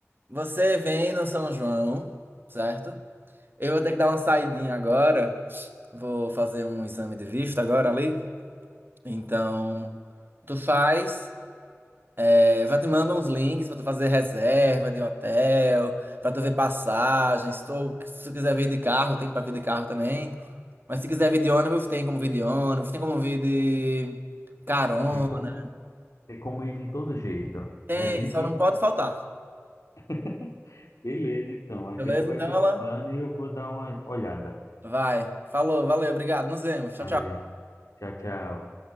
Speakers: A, on the right (about 45°); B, on the left (about 85°).
A: você vem no São João, certo? Eu vou ter que dar uma saidinha agora. Vou fazer um exame de vista agora ali. Então, tu faz. É, Já te mando uns links pra tu fazer reserva de hotel, pra tu ver passagens. Se tu, se tu quiser vir de carro, tem pra vir de carro também. Mas se quiser vir de ônibus, tem como vir de ônibus, tem como vir de carona.
B: Tem como. Tem como ir de todo jeito.
A: Tem,
B: A gente,
A: só não pode faltar.
B: <laughs> beleza, então. A
A: Beleza?
B: gente vai
A: Então,
B: se
A: Alan?
B: falando e eu vou dar uma olhada.
A: Vai. Falou, valeu, obrigado. Nos vemos. Tchau,
B: Valeu.
A: tchau.
B: Tchau, tchau.